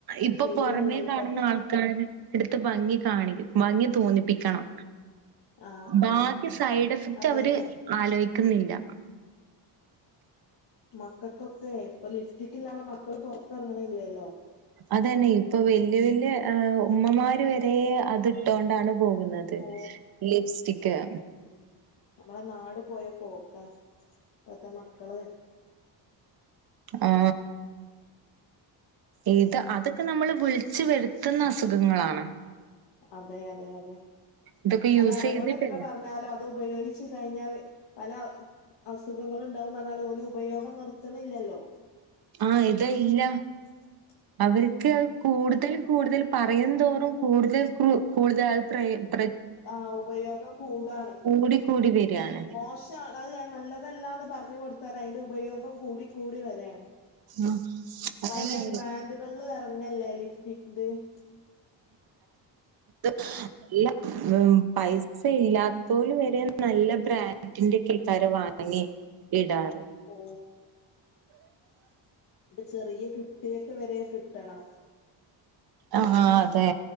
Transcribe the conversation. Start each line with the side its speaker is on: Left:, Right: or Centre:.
Right: ഇപ്പ
Left: ശരിയാണ്
Right: പുറമേ
Left: ഇപ്പത്തെ
Right: കാണുന്ന ആൾക്കാര് എടു ത്ത് ഭംഗി കാണി ഭംഗി തോന്നിപ്പിക്കണം
Left: ആഹ്
Right: ബാക്കി
Left: ആഹ്
Right: സൈഡ് എഫക്ട്
Left: അതന്നെ
Right: അവര് ആലോയി ക്കുന്നില്ല
Left: മക്കക്കൊക്കെ ഇപ്പ ലിഫ്റ്റിക്കില്ലാതെ മക്കള് പൊറത്തെറങ്ങ്‌ണ്ല്ലല്ലോ
Right: അതാണേ ഇപ്പ വല്യ വല്യ ആ ഉമ്മമാര് വരേ അത് ഇട്ടോണ്ടാണ് പോകുന്നത്
Left: ഓ
Right: ലിപ് സ്റ്റിക്ക്
Left: നമ്മളെ നാട് പോയ പോക്കാ. ഇപ്പത്തെ മക്കള്
Right: ആ ഇത്
Left: ഉം
Right: അതൊക്കെ നമ്മൾ വിള് ച്ച് വരുത്തുന്ന അസുഖങ്ങളാണ്
Left: അതെ അതെ അതെ
Right: ഇതൊക്കെ
Left: അല്ല
Right: യൂസ്
Left: അവരോട്
Right: ചെയ്തിട്ടില്ല.
Left: എത്ര പറഞ്ഞാലും അത് ഉപയോഗിച്ച് കഴിഞ്ഞവര് പല അസുഖങ്ങള്ണ്ടാവും പറഞ്ഞാലും അത് ഓല് ഉപയോഗം നിർത്തണില്ലല്ലോ.
Right: ആഹ് ഇത് ഇല്ല.
Left: <unintelligible>
Right: അവർക്ക് കൂടുതൽ കൂടുതൽ പറയും തോറും കൂടുതൽ കൂടുതൽ അത് പ്രയോ
Left: ആ ഉപയോഗം കൂടാണേ.
Right: കൂടിക്കൂടി വരാണ്.
Left: ഏ മോശാണ് അത് നല്ലതല്ല ന്ന് പറഞ്ഞ് കൊടുത്താലും അയിന്റെ ഉപയോഗം കൂടിക്കൂടി വരാണ്.
Right: ആഹ് അതന്നെ
Left: പല ബ്രാൻഡുകളിലും എറങ്ങല്ലേ ലിപ്സ്റ്റിക്ക് ദ് <unintelligible>
Right: അ ഇല്ല പൈസ ഇല്ലാത്തോല് വരെ നല്ല ബ്രാൻഡിന്റെക്കെ ആരോ വാങ്ങി വാങ്ങി ഇടാറ്
Left: ഓ ഇപ്പൊ ചെറിയ കുട്ടിയാക്ക് വരെ കിട്ടണം
Right: ആഹ് ആഹ് അതെ